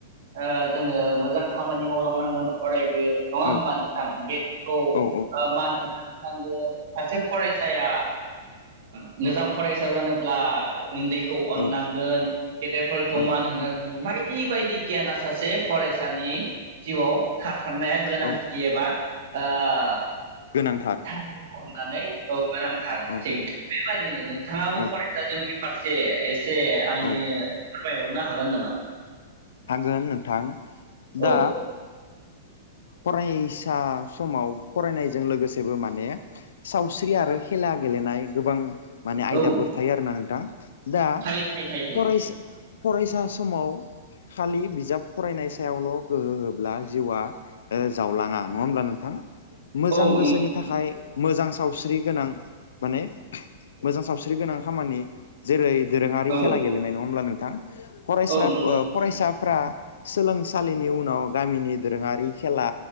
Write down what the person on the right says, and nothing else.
ओ जोङो मोजां खामानि मावलांनांगोन अरायबो नङा
होमबा नोंथां गेदेरखौ
मान होनांगोन सासे फरायसाया मोजां फरायसा जानोब्ला उन्दैखौ अननांगोन
गेदेरफोरखौ
मान होनो रोंनांगोन बायदि बायदि गियाना सासे फरायसानि जिउआव थाथारनाया गोनांथि
एबा ओ
अननानै औ गोनांथार
थि बेबादिनो नोंथाङाबो
फरायसा जिउनि फारसे एसे आंनि
फोरमायबावनो हागोन नामा?
औ
औ
थायो थायो थायो थायो
औ
नंगौ
औ
औ नंगौ